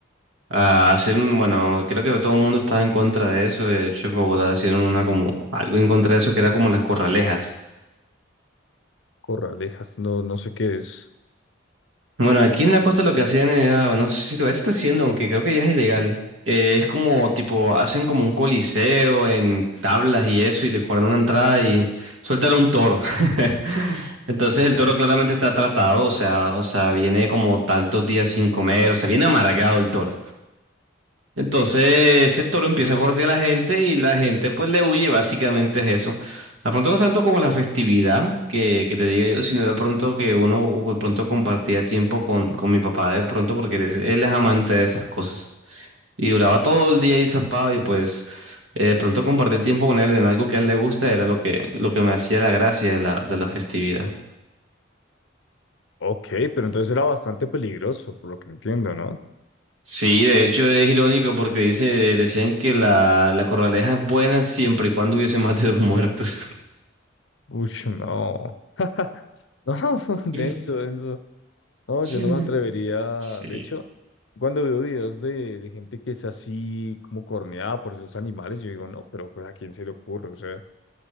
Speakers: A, on the right; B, on the left.
A: ah, hacen, bueno, creo que todo el mundo estaba en contra de eso, de hecho en Bogotá hicieron una como, algo en contra de eso que era como las corralejas.
B: Corralejas, no, no sé qué es.
A: Bueno, aquí en la costa lo que hacían era, no sé si todavía se está haciendo, aunque creo que ya es ilegal. eh, es como tipo, hacen como un coliseo en tablas y eso, y te cobran una entrada y sueltan a un toro. <laughs> Entonces
B: Ok.
A: el toro claramente está tratado, o sea, o sea, viene como tantos días sin comer, o sea, viene amargado el toro. Entonces el toro empieza a correr a la gente y la gente pues le huye, básicamente es eso. De pronto no es tanto como la festividad que, que te diga yo, sino de pronto que uno uh, de pronto compartía tiempo con, con mi papá de pronto porque él, él es amante de esas cosas. Y duraba todo el día ahí zampado y pues eh, de pronto compartir tiempo con él en algo que a él le gusta era lo que, lo que me hacía la gracia de la, de la festividad.
B: Ok, pero entonces era bastante peligroso, por lo que entiendo, ¿no?
A: Sí, de hecho es irónico porque dice, decían que la, la corraleja es buena siempre y cuando hubiese <laughs> más de dos muertos.
B: Uy, no. <laughs> No, <laughs> denso,
A: <laughs>
B: denso. No,
A: Sí.
B: yo no me atrevería.
A: Sí.
B: De hecho, cuando veo videos de, de gente que es así como corneada por esos animales, yo digo, no, pero pues, ¿a quién se le ocurre? O sea,